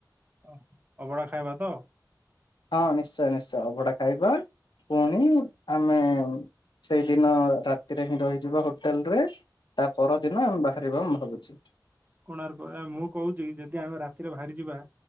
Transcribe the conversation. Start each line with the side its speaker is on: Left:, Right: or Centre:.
Right: ଅ ହ ଅଭଡ଼ା ଖାଇବା ତ।
Left: ହଁ ନିଶ୍ଚୟ ନିଶ୍ଚୟ ଅଭଡା ଖାଇବା ପୁଣି ଆମେ। ସେଇଦିନ ରାତିରେ ହିଁ ରହିଯିବା ହୋଟେଲ ରେ। ତା ପରଦିନ ଆମେ ବାହାରିବା ମୁଁ ଭାବୁଛି।
Right: କୋଣାର୍କ ଆ ମୁଁ କହୁଚି ଯଦି ଆମେ ରାତିରେ ବାହାରି ଯିବା।